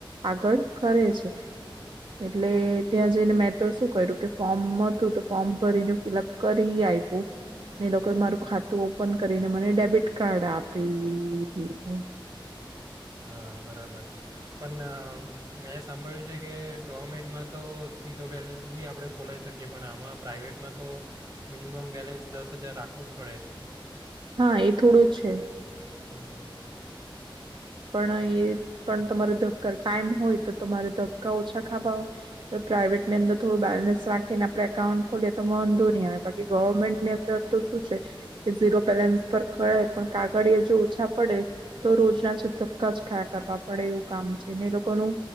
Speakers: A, on the right; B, on the right.
A: આગળ કરે છે. એટલે ત્યાં જઈને મેં તો શું કર્યું કે, ફોર્મ હતું તો ફોર્મ ભરીને ફિલઅપ કરી આપ્યું, ને એ લોકોએ મારું ખાતું ઓપન કરીને મને ડેબિટ કાર્ડ આપી દિધું.
B: હા બરાબર, પણ મેં સાંભળ્યું છે કે ગવર્મેન્ટમાં તો, ઝીરો બેલેન્સ પણ આપણે ખોલાવી શકીએ. પણ આમાં પ્રાઇવેટમાં તો મિનિમમ બેલેન્સ દસ હજાર રાખવું જ પડે.
A: હા એ થોડું છે.
B: હા.
A: પણ એ પણ તમારે ધક્કા ટાઈમ હોય તો તમારે ધક્કા ઓછા ખાવા હોય, તો પ્રાાઈવેટ ની અંદર થોડું બેલેન્સ રાખીને આપણે એકાઉન્ટ ખોલીએ તો વાંધો નહી આવે બાકી ગવર્મેન્ટની અંદર તો શું છે, કે ઝીરો બેલેન્સ પર થાય પણ કાગળ જો ઓછા પડે તો રોજના ધક્કા જ ખયા કરવા પડે એવું કામ છે ને એ લોકોનું,